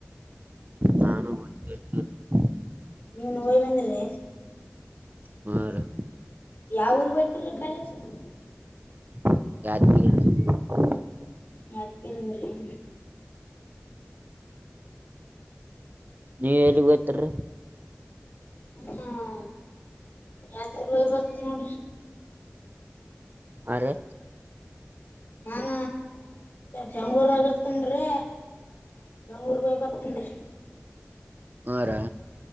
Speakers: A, on the right; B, on the left.
A: ನಾನು <unintelligible>
B: ನೀವ್ ನೋಯ್ ಬಂದ್ರಿ
A: ಹ ರಿ
B: ಯಾವೂರಿಗೆ ಹೋಗ್ತೀರಿ ಕಾಲೇಜಿಗೆ
A: <unintelligible>
B: ಯತ್ಕರಿರೀ
A: ನೀವ್ ಎಲ್ಲಿ ಹೋಗ್ತೀರಿ
B: ಹ್ಮ ಯಾತ ನೋಡ್ರಿ
A: ಅ ರಿ
B: ನಾನ ಬೆಂಗಳೂರುನಗಿ ಇರ್ತೇನ್ ರಿ ಬೆಂಗಳೂರು ಹೋಗಿದ್ ಬರ್ತೀನಿ
A: ಹ ರಿ